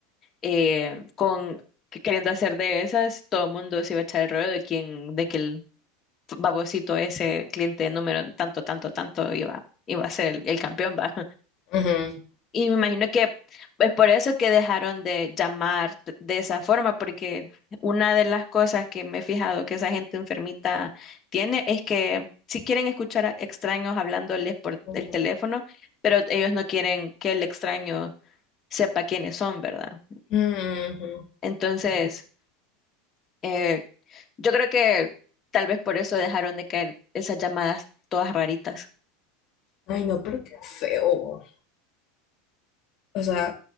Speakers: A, on the left (about 30°); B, on the left (about 50°).
A: eh, con que- queriendo hacer de esas, todo el mundo se iba a echar el rollo de quién, de que el babosito ese cliente número tanto, tanto, tanto iba, iba a ser el, el campeón, va.
B: ujú.
A: Y me imagino que es por eso que dejaron de llamar t- de esa forma, porque una de las cosas que me he fijado que esa gente enfermita tiene es que si quieren escuchar a extraños hablándoles por
B: Oh.
A: el teléfono, pero ellos no quieren que el extraño sepa quiénes son, ¿verdad?
B: Ujú.
A: Entonces, eh, yo creo que tal vez por eso dejaron de caer esas llamadas todas raritas.
B: Ay, no, pero qué feo. O sea,